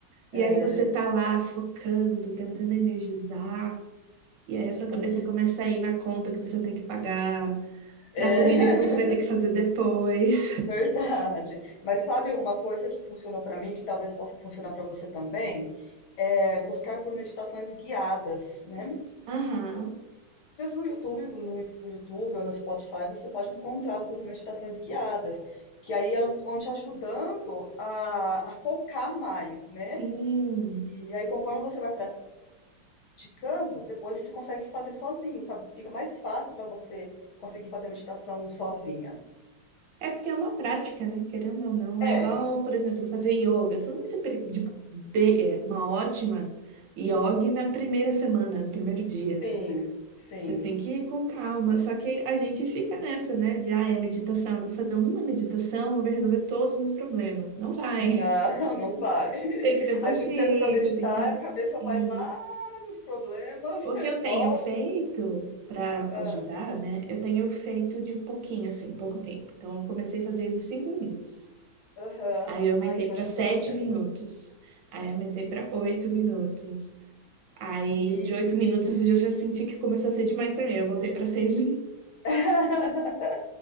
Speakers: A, on the right (about 70°); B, on the left (about 70°).
A: E
B: É,
A: aí você tá lá focando, tentando energizar. E aí
B: sim,
A: a sua cabeça começa a ir na conta que você tem que pagar,
B: é
A: na comida
B: <laughs>
A: que você vai ter que fazer depois.
B: verdade. Mas sabe uma coisa que funcionou para mim, que talvez possa funcionar para você também, é buscar por meditações guiadas, né?
A: <laughs> Aham,
B: Às vezes no YouTube, no YouTube ou no Spotify, você pode encontrar algumas meditações guiadas, que aí elas vão te ajudando a, a focar mais, né?
A: sim.
B: E aí, conforme você vai praticando, depois você consegue fazer sozinho, sabe? Fica mais fácil para você conseguir fazer a meditação sozinha.
A: É porque é uma prática, né? Querendo ou não.
B: É,
A: É igual, por exemplo, fazer yoga. Você não vai ser peri- de de- é, uma ótima yoga na primeira semana, no primeiro dia.
B: sim, sim.
A: Você tem que ir com calma. Só que a gente fica nessa, né? De, ah, é meditação. Eu vou fazer uma meditação, eu vou resolver todos os meus problemas. Não vai.
B: Não, <laughs> não vai.
A: <laughs> Tem que ter paciência,
B: A gente senta para meditar,
A: tem que insistir.
B: a cabeça vai lá nos problemas
A: O
B: <laughs> e
A: que eu tenho
B: volta.
A: feito para
B: Ah,
A: ajudar, né? Eu tenho feito de pouquinho, assim, pouco tempo. Então, eu comecei fazendo cinco minutos.
B: Aham.
A: Aí, eu aumentei
B: Ah, isso
A: para
B: ajuda
A: sete
B: também.
A: minutos. Aí, eu aumentei para oito minutos. Aí,
B: Isso.
A: o de oito minutos eu já senti que começou a ser demais para mim. Eu voltei para seis minutos.
B: <laughs>